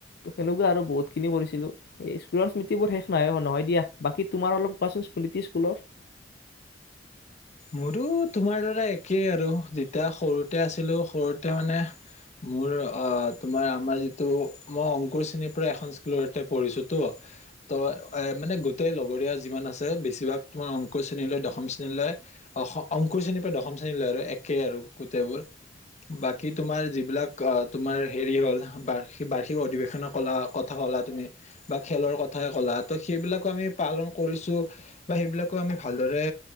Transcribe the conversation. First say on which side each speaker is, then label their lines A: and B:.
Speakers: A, on the left; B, on the left.
A: ত সেনেকুৱা আৰু বহুতখিনি কৰিছিলো এই স্কুলৰ স্মৃতিবোৰ শেষ নাই নহয় দিয়া বাকী তোমাৰ অলপ কোৱাচোন স্মৃতি স্কুলৰ
B: মোৰো তোমাৰ দাৰা একেই আৰু যেতিয়া সৰুতে আছিলো সৰুতে মানে মোৰ তোমাৰ আমাৰ যিটো মই অংকুৰ শ্ৰেণীৰ পৰা এখন স্কুলতে পঢ়িছোতো ত এ মানে গোটেই লগৰীয়া যিমান আছে বেছিভাগ তোমাৰ অংকুৰ শ্ৰেণীলৈ দশম শ্ৰেণীলৈ। অ অংকু শ্ৰেণীৰ পৰা দশম শ্ৰেণীলৈ আৰু একেই আৰু গোটেইবোৰ বাকী তোমাৰ যিবিলাক আহ তোমাৰ হেৰি হল বাৰিক বাৰ্ষিক অধিবেশনৰ কলা কথা কলা তুমি বা খেলৰ কথাই কলা ত সেইবিলাকো আমি পালন কৰিছো বা সেইবিলাকো আমি ভালদৰে